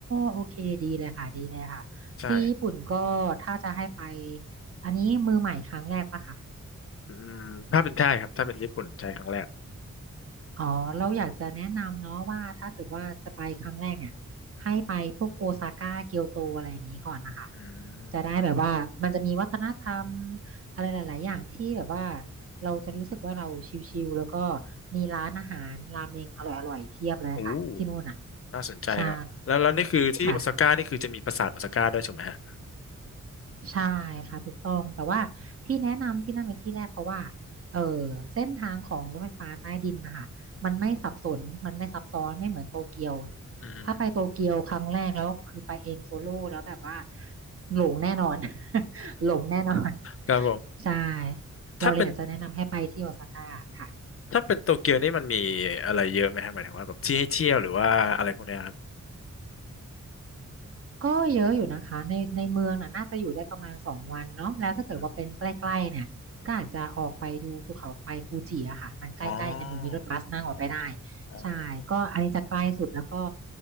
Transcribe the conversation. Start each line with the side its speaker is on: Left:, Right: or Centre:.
Right: โอเค ดีเลยค่ะ ดีเลยค่ะ
Left: ใช่
Right: ที่ญี่ปุ่นก็ถ้าจะให้ไป อันนี้มือใหม่ครั้งแรกปะคะ
Left: อืมถ้าเป็นใช่ครับถ้าเป็นญี่ปุ่นใช่ครั้งแรก
Right: อ๋อเราอยากจะแนะนำเนาะว่าถ้าเกิดว่าจะไปครั้งแรกเนี่ยให้ไปพวกโอซาก้าเกียวโตอะไรอย่างนี้ก่อนนะคะ
Left: อืม
Right: จะได้แบบว่ามันจะมีวัฒนธรรมอะไรหลายๆอย่างที่แบบว่าเราจะรู้สึกว่าเราชิลๆแล้วก็มีร้านอาหารรามเมงอร่อยๆเพียบเลยค่ะที่นู่นอ่ะ
Left: โอ้ น่าสนใจครับแล้วแล้วนี่คือที่โอซาก้านี่คือจะมีปราสาทโอซาก้าด้วยถูกไหมฮะ
Right: ใช่ค่ะ ใช่ค่ะถูกต้องแต่ว่าที่แนะนำที่นั่นเป็นที่แรกเพราะว่าเออเส้นทางของรถไฟฟ้าใต้ดินนะคะมันไม่สับสนมันไม่ซับซ้อนไม่เหมือนโตเกียว
Left: อืม
Right: ถ้าไปโตเกียวครั้งแรกแล้วคือไปเองโซโล่แล้วแบบว่าหลงแน่นอน <laughs> หลงแน่นอน
Left: ครับผม
Right: ใช่เราเลยอยากจะแนะนำให้ไปที่โอซาก้าค่ะ
Left: ถ้าเป็นถ้าเป็นโตเกียวนี่มันมีอะไรเยอะไหมฮะหมายถึงว่าแบบที่ให้เที่ยวหรือว่าอะไรพวกเนี้ยครับ
Right: ก็เยอะอยู่นะคะในในเมืองน่ะน่าจะอยู่ได้ประมาณสองวันเนาะแล้วถ้าเกิดว่าเป็นใกล้ๆเนี่ยก็อาจจะออกไปดูภูเขาไฟฟูจิอะค่ะมันใกล้ๆกันอยู่มีรถบัสนั่งออกไปได้
Left: อมอ๋ออ๋อ
Right: ใช่ก็อันนี้จะใกล้สุดแล้วก็